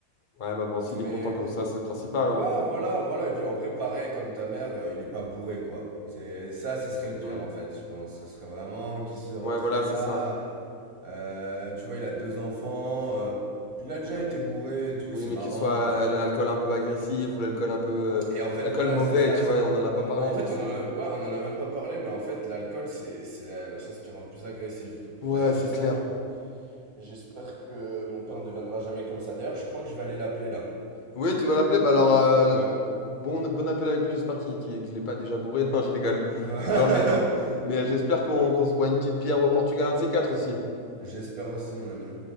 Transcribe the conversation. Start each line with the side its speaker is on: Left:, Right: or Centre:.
Left: Ouais, bah bon, s'il
Right: Mais
Left: est content comme ça, c'est le principal,
Right: ouais,
Left: hein.
Right: voilà, voilà. Et puis en vrai, pareil, comme ta mère, euh, il est pas bourré, quoi. C'est ça, ce serait le pire
Left: Hmm.
Right: en fait, je pense. Ce serait vraiment qu'il se retrouve
Left: Ouais, voilà, c'est
Right: là.
Left: ça.
Right: Euh, tu vois, il a deux enfants. euh, il a déjà
Left: Compre-
Right: été bourré et tout,
Left: Oui,
Right: c'est
Left: mais
Right: marrant,
Left: qu'il soit
Right: mais
Left: euh, l'alcool un peu agressif ou l'alcool un peu... euh,
Right: Et en fait,
Left: l'alcool
Right: voilà,
Left: mauvais,
Right: c'est ça.
Left: tu vois, on n'en a pas
Right: On,
Left: parlé,
Right: en fait,
Left: mais c'est...
Right: on en, a, ouais, on en a même pas parlé, mais en fait, l'alcool, c'est, c'est la, la chose qui rend le plus agressive. D'ailleurs,
Left: Ouais, c'est
Right: j'espère,
Left: clair.
Right: j'espère que mon père ne deviendra jamais comme ça. D'ailleurs, je crois que je vais aller l'appeler là.
Left: Oui, tu vas l'appeler, bah alors, euh,
Right: Ouais.
Left: bon, bon appel avec lui, j'espère qu'il qu'il, qu'il est pas déjà bourré. <laughs> Non, je rigole.
Right: <laughs>
Left: Non, mais, mais j'espère qu'on qu'on se boit une petite bière au Portugal, un de ces quatre aussi.
Right: J'espère aussi, mon ami.